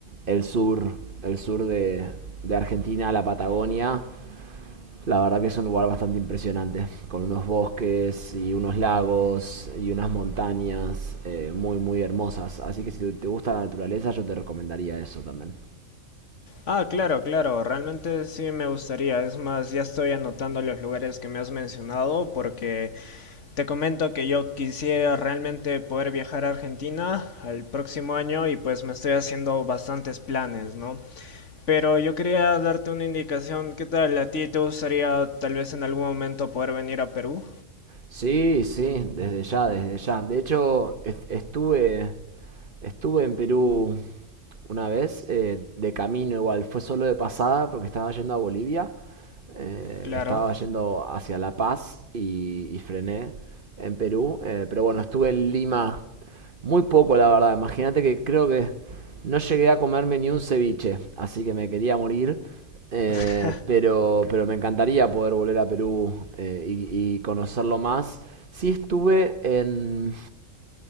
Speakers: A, on the right; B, on the left.
A: el sur, el sur de, de Argentina, la Patagonia, La verdad que es un lugar bastante impresionante, con unos bosques y unos lagos y unas montañas eh, muy muy hermosas. Así que si te- gusta la naturaleza, yo te recomendaría eso también.
B: Ah, claro, claro, realmente sí me gustaría. Es más, ya estoy anotando los lugares que me has mencionado porque Te comento que yo quisiera realmente poder viajar a Argentina al próximo año y pues me estoy haciendo bastantes planes, ¿no? Pero yo quería darte una indicación, ¿qué tal? ¿A ti te gustaría tal vez en algún momento poder venir a Perú?
A: Sí, sí, desde ya, desde ya. De hecho, est- estuve, estuve en Perú una vez, eh, de camino igual, fue solo de pasada porque estaba yendo a Bolivia, eh,
B: Claro,
A: estaba yendo hacia La Paz y, y frené en Perú, eh, pero bueno, estuve en Lima Muy poco, la verdad. Imagínate que creo que no llegué a comerme ni un ceviche, así que me quería morir. Eh,
B: <laughs>
A: pero, pero me encantaría poder volver a Perú eh, y, y conocerlo más. Sí estuve en,